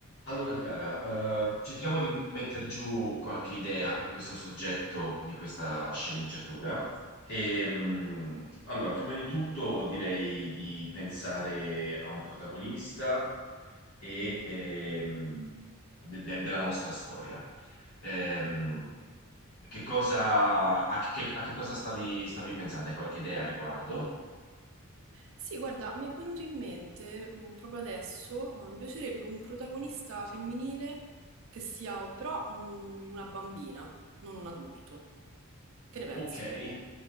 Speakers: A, on the left; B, on the right.
A: Allora Chiara, eh, cerchiamo di mettere giù qualche idea per questo soggetto di questa sceneggiatura. E, mh, allora, prima di tutto direi di pensare a un protagonista e, ehm, de- de- della nostra storia. Ehm, che cosa, a, che, a che cosa stavi, stavi pensando? Hai qualche idea a riguardo?
B: Sì, guarda, mi è venuto in mente mh, proprio adesso, oh, mi piacerebbe un protagonista femminile che sia però mh, una bambina, non un adulto. Che ne pensi?
A: Ok.